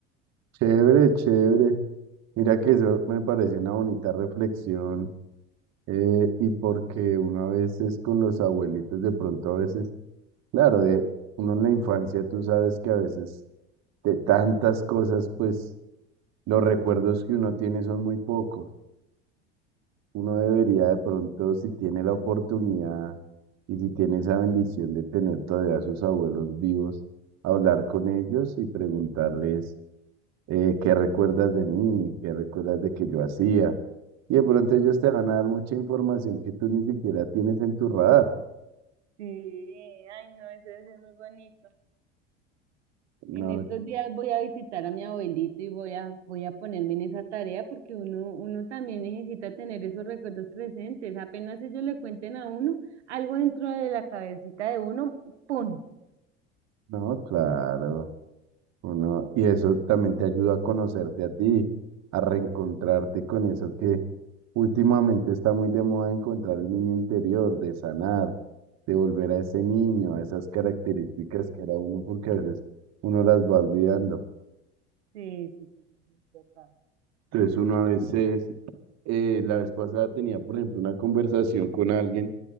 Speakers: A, on the right; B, on the right.
A: chévere, chévere. Mira que eso me parece una bonita reflexión. Eh, y porque una vez es con los abuelitos, de pronto a veces, claro, de, uno en la infancia tú sabes que a veces de tantas cosas, pues los recuerdos que uno tiene son muy pocos. Uno debería de pronto, si tiene la oportunidad y si tiene esa bendición de tener todavía a sus abuelos vivos, hablar con ellos y preguntarles eh, qué recuerdas de mí, qué recuerdas de que yo hacía. Y de pronto ellos te van a dar mucha información que tú ni siquiera tienes en tu radar.
B: Sí, ay no, eso debe ser muy bonito.
A: No,
B: En estos días voy a visitar a mi abuelito y voy a, voy a ponerme en esa tarea porque uno, uno también necesita tener esos recuerdos presentes. Apenas ellos le cuenten a uno algo dentro de la cabecita de uno, ¡pum!
A: no, claro. Uno, y eso también te ayuda a conocerte a ti, a reencontrarte con eso que últimamente está muy de moda encontrar el niño interior, de sanar, de volver a ese niño, a esas características que era uno, porque a veces uno las va olvidando.
B: Sí, sí, sí, sí, sí, es verdad.
A: Entonces uno a veces, eh, la vez pasada tenía, por ejemplo, una conversación con alguien.